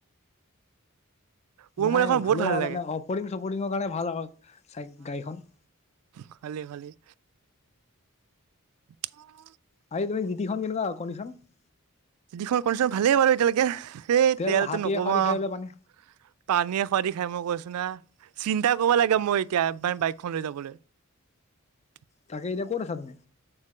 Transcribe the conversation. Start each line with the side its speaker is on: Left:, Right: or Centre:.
Right: অল্ড
Left: নাই
Right: মডেলখন বহুত
Left: ভালেই
Right: ভাল
Left: আৰু
Right: লাগে।
Left: তাৰমানে অপৰিং-চপৰিঙৰ কাৰণে ভাল আৰু চাই গাড়ীখন
Right: ভালেই, ভালেই। অ <unintelligible>
Left: আ তুমি জিতিখন কেনেকুৱা কনদিচন <unintelligible>
Right: চিটিখন কণ্ডিশন ভালেই বাৰু এতিয়ালৈকে সেই
Left: তেল
Right: তেলটো
Left: হাতীয়ে
Right: নকবা
Left: খৰি
Right: আৰু
Left: খাই পেলাই পানে
Right: <unintelligible> পানী এ খোৱাদি খাই মই কৈছো না। চিন্তা কৰিব লাগে মই এতিয়া বাইকখন লৈ যাবলৈ <unintelligible>
Left: তাকে এতিয়া ক'ত আছা তুমি?